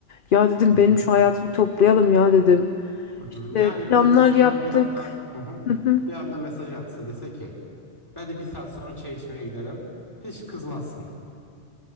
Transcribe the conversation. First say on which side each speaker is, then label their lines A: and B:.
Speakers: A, on the left; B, on the left.
A: Ya dedim
B: Hı hı.
A: benim şu hayatı bir toplayalım ya dedim.
B: Hı hı.
A: İşte
B: Yani
A: planlar
B: birisi sana
A: yaptık.
B: bir anda hı hı,
A: Hı hı.
B: bir anda mesaj atsa dese ki ben de bir saat sonra çay içmeye gidelim. Hiç kızmazsın.